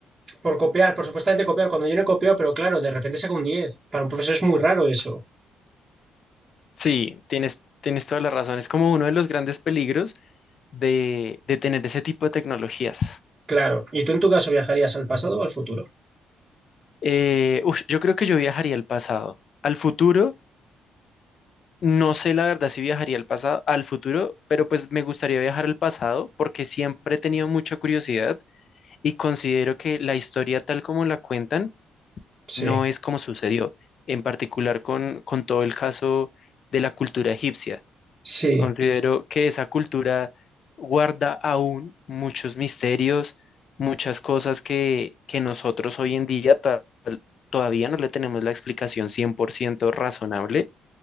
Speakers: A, on the right; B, on the left.
A: por copiar, por supuestamente copiar, cuando yo no he copiado, pero claro, de repente saco un diez Para un profesor es muy raro eso.
B: Sí, tienes, tienes toda la razón. Es como uno de los grandes peligros de, de tener ese tipo de tecnologías.
A: Claro. ¿Y tú en tu caso viajarías al pasado o al futuro?
B: Eh, ush, yo creo que yo viajaría al pasado. Al futuro, no sé la verdad si viajaría al pasado, al futuro, pero pues me gustaría viajar al pasado porque siempre he tenido mucha curiosidad y considero que la historia tal como la cuentan
A: Sí,
B: no es como sucedió, en particular con, con todo el caso de la cultura egipcia.
A: sí,
B: Considero que esa cultura guarda aún muchos misterios, muchas cosas que, que nosotros hoy en día ta- todavía no le tenemos la explicación 100% razonable.